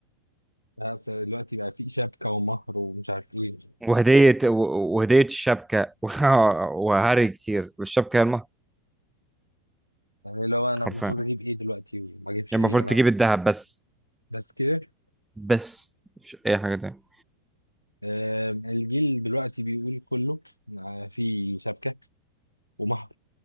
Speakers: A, on the left; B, in the centre.
A: آه، بس دلوقتي بقى في شبكه ومهر ومش عارف ايه
B: وهدية و- وهدية الشبكة <laughs> وهري كتير والشبكة هي المهر
A: يعني لو انا المفروض
B: حرفيا يعني
A: اجيب ايه دلوقتي وما اجيبش
B: المفروض
A: ايه انا
B: تجيب الذهب بس
A: بس كده
B: بس مش أي حاجة تانية
A: آم، الجيل دلوقتي بيقول كله آه، في شبكه ومهر